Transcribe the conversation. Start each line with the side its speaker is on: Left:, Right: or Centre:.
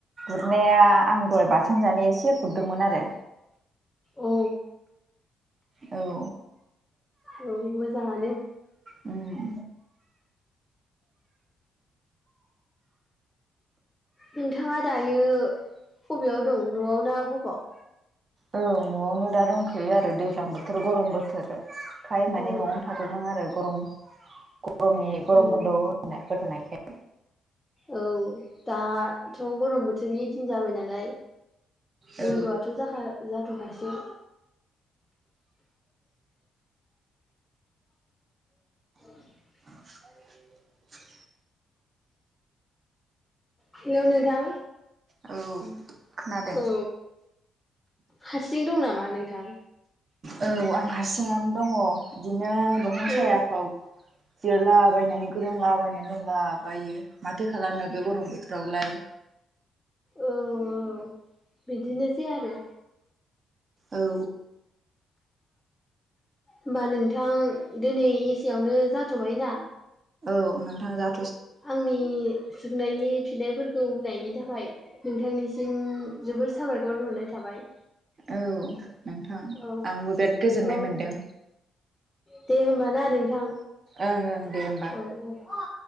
Right: गुरनाया आं दहाय बाथोन जानाय एसे गुरदोंमोन आरो
Left: अ
Right: औ
Left: औ मोजाङानो
Right: उम
Left: नोंथाङा दायो बबेयाव दं न'आव ना बबाव
Right: औ न'आवनो दा दंथ'यो आरो दैज्लां बोथोर गरम बोथोरखाय माने
Left: अ
Right: न'आवनो थाथ'दों आरो गरम गमनि गरम
Left: उम
Right: बन्द' होथ' होथ'नायखाय
Left: औ दाथ' गरम बोथोरनि दिन जाबाय नालाय
Right: औ
Left: बन्द'आथ' जाखा जाथ'खासै <unintelligible>
Right: <inaudible>
Left: हेलौ नोंथां
Right: औ खोनादों
Left: औ हारसिं दं नामा नोंथां
Right: औ आं हारसिङानो दङ बिदिनो दंफां
Left: औ
Right: सायाफ्राव जिरायला बायनानै गोलोमला बायनानै दंलाबायो माथो खालामनो बे गरम बोथोरावलाय
Left: औ औ बिदिनोसै आरो
Right: औ
Left: होमबा नोंथां दिनै एसेयावनो जाथ'बाय ना
Right: औ नोंथां जा
Left: आंनि सोंनायनि फिन्नायफोरखौ होनायनि था खाय नोंथांनिसिम जोबोर साबायखर हरनाय थाबाय
Right: औ नोंथां
Left: औ
Right: आंबो बिराद गोजोननाय
Left: औ
Right: मोनदों
Left: दे होमबा ना नोंथां
Right: ओं ओं दे होमबा
Left: औ औ